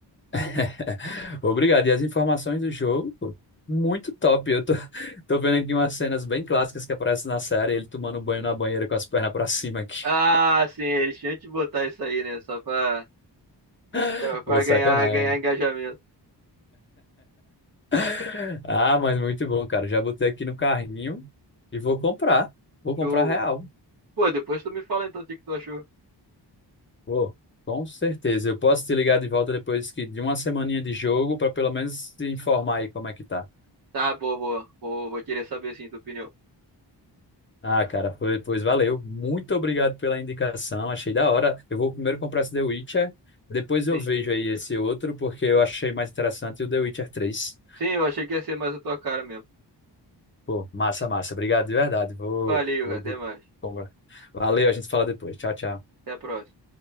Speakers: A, on the left (about 25°); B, on the right (about 50°).
A: <laughs> Obrigado. E as informações do jogo, pô, muito top. Eu tô, <laughs> tô vendo aqui umas cenas bem clássicas que aparecem na série, ele tomando um banho na banheira com as pernas pra cima aqui.
B: Ah, sim, eles tinham que botar isso aí, né? Só pra,
A: <laughs>
B: pra, pra
A: Pô,
B: ganhar,
A: sacanagem.
B: ganhar engajamento.
A: <laughs> Ah, mas muito bom, cara. Já botei aqui no carrinho e vou comprar. Vou comprar
B: Show.
A: real.
B: Pô, depois tu me fala então o que que tu achou.
A: Pô, com certeza. Eu posso te ligar de volta depois que de uma semaninha de jogo pra pelo menos te informar aí como é que tá.
B: Tá, boa, boa. Vou, vou querer saber sim, tua opinião.
A: Ah, cara, pois, pois valeu. Muito obrigado pela indicação. Achei da hora. Eu vou primeiro comprar esse The Witcher, depois eu
B: Sim.
A: vejo aí esse outro, porque eu achei mais interessante o The Witcher três.
B: Sim, eu achei que ia ser mais a tua cara mesmo.
A: Pô, massa, massa. Obrigado de verdade. Vou,
B: Valeu,
A: vou...
B: até
A: vou
B: mais.
A: comprar. Valeu, a gente fala depois. Tchau, tchau.
B: Até a próxima.